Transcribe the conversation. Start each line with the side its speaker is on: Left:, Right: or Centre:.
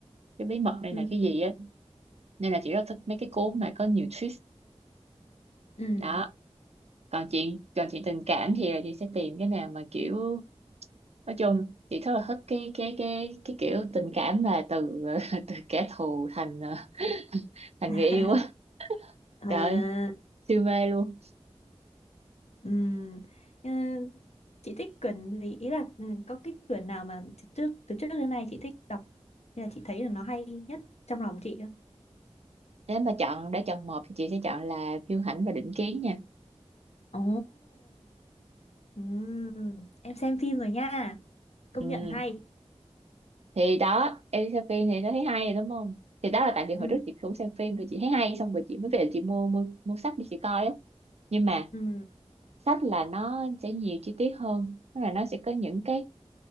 Right: cái bí mật này
Left: Ừ.
Right: là cái gì á nên là chị rất là thích mấy cái cuốn mà có nhiều twist
Left: Ừ.
Right: đó còn chuyện còn chuyện tình cảm thì là chị sẽ tìm cái nào mà kiểu nói chung chị rất là thích cái cái cái cái kiểu tình cảm mà từ <laughs> từ kẻ thù thành ờ, thành
Left: <laughs>
Right: người yêu á
Left: À.
Right: trời ơi, siêu mê luôn
Left: Ừm, ờ, chị thích quyển gì ý là ừ, có cái quyển nào mà từ trước từ trước đến nay chị thích đọc nên là chị thấy là nó hay nhất trong lòng chị á?
Right: nếu mà chọn đã chọn một thì chị sẽ chọn là Kiêu Hãnh và Định Kiến nha
Left: Ồ, ừm, em xem phim rồi nha, công
Right: ừ
Left: nhận hay.
Right: thì đó em đi xem phim thì nó thấy hay đúng không thì đó là tại vì hồi
Left: Ừ,
Right: trước chị cũng xem phim rồi chị thấy hay xong rồi chị mới về chị mua mua mua sách để chị coi á nhưng mà
Left: ừ,
Right: sách là nó sẽ nhiều chi tiết hơn tức là nó sẽ có những cái